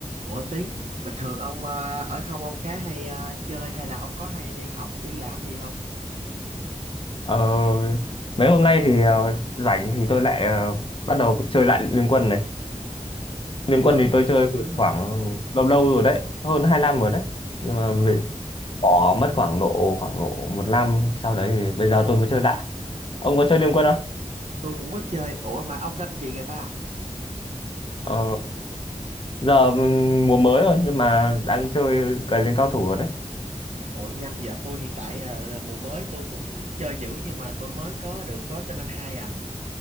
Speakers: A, on the right; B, on the left.
A: Ủa Tiến, bình thường ông ờ, ở không ông cá hay ờ, chơi hay là ông có hay đi học, đi làm cái gì không?
B: Ờ, mấy hôm nay thì ờ, rảnh thì tôi lại ờ, bắt đầu chơi lại Liên Quân này.
A: À,
B: Liên Quân
A: ông
B: thì
A: có
B: tôi chơi
A: liên
B: từ
A: quan đó
B: khoảng
A: hả?
B: lâu lâu rồi đấy, hơn 2 năm rồi đấy. Nhưng mà
A: Ờ,
B: vì bỏ mất khoảng độ khoảng độ một năm sau đấy thì bây giờ tôi mới chơi lại. Ông có chơi Liên Quân không?
A: tôi cũng có chơi. Ủa mà ông ranh gì người ta?
B: Ờ, giờ ừm, mùa mới rồi nhưng mà đang chơi cày lên cao thủ rồi đấy.
A: Ủa nhanh vậy tôi hiện tại ờ, mùa mới tôi cũng chơi dữ nhưng mà tôi mới có được có tên anh hai à.